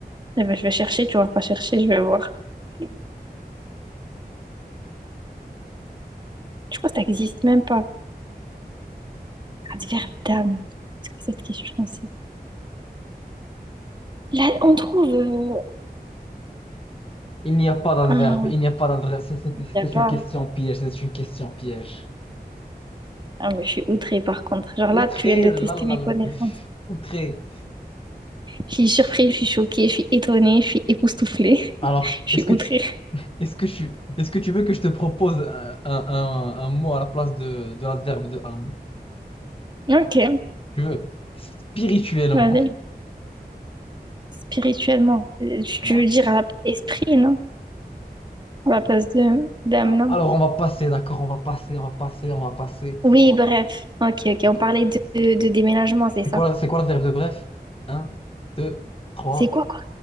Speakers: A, on the right; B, on the left.
A: Eh ben, je vais chercher, tu vas pas chercher, je vais voir. Je crois que ça existe même pas. Amsterdam. C'est quoi cette question aussi? Là, on trouve euh,
B: Il n'y a pas d'adverbe,
A: un...
B: il n'y a pas d'adverbe. C'est c'est-
A: y a
B: c'est
A: pas...
B: une question piège, c'est une question piège.
A: Ah, mais je suis outrée par contre. Genre
B: Outré,
A: là, tu viens de
B: là,
A: tester
B: là,
A: mes
B: là.
A: connaissances.
B: outré.
A: Je suis surprise, je suis choquée, je suis étonnée, je suis époustouflée. <laughs>
B: Alors,
A: Je
B: est-ce
A: suis
B: que
A: outrée.
B: tu, est-ce que tu, est-ce que tu veux que je te propose un, un- un- un mot à la place de, de l'adverbe de âme?
A: Ok,
B: Tu veux? spirituellement.
A: vas-y. Spirituellement. Euh, Tu
B: Ouais.
A: veux dire à la- esprit, non? À la place de d'âme,
B: A-
A: non?
B: Alors, on va passer, d'accord, on va passer, on va passer, on va passer.
A: Oui, bref. Ok, ok. On parlait de, de, de déménagement, c'est
B: C'est
A: ça.
B: quoi, la- c'est quoi l'adverbe de bref? Un, deux, trois.
A: C'est quoi, quoi?